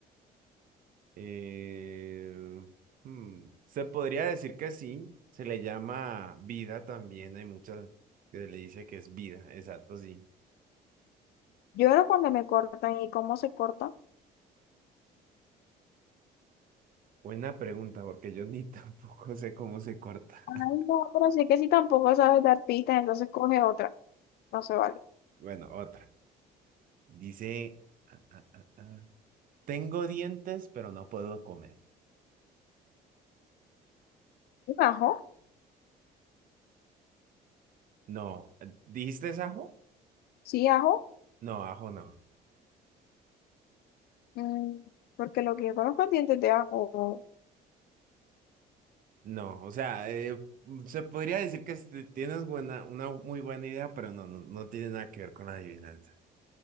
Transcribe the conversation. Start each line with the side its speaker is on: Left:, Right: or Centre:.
Right: Eh, hmm, se podría decir que sí, se le llama vida también, hay muchas que le dice que es vida, exacto, sí.
Left: Lloro cuando me cortan y cómo se corta.
Right: Buena pregunta, porque yo ni <laughs> tampoco sé cómo se corta.
Left: Ay,
Right: <laughs>
Left: no, pero sí que si tampoco sabes dar pistas, entonces coge otra. No se vale.
Right: Bueno, otra. Dice, ah, ah, ah, ah, tengo dientes, pero no puedo comer.
Left: ¿Un ajo?
Right: No, eh, ¿dijiste es ajo?
Left: Sí, ajo.
Right: No, ajo no.
Left: Mm, porque lo que yo conozco es dientes de ajo.
Right: No, o sea, eh, mm, se podría decir que este, tienes buena, una muy buena idea, pero no, no, no tiene nada que ver con la adivinanza.